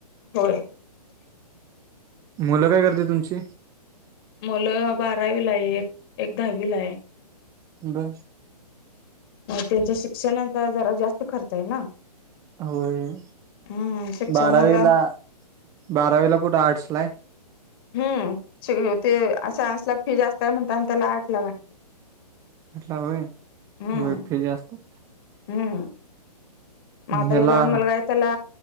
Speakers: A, on the left (about 35°); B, on the right (about 15°).
A: होय.
B: मुलं काय करते तुमची?
A: मुलं बारावीला आहे एक, एक दहावीला आहे.
B: ब
A: त्यांच्या शिक्षणाचा जरा जास्त खर्च आहे ना.
B: होय
A: हम्म शिक्षणाला
B: बारावीला, बारावीला कुठे आर्टस ला आहे.
A: हम्म ते सायनसला फी जास्त म्हणता आणि त्याला आर्टला घातल.
B: <unintelligible> होय
A: हम्म
B: होय फ्री जास्त.
A: हम्म म आता
B: ह्याला
A: हे लहान मुलगा आहे त्याला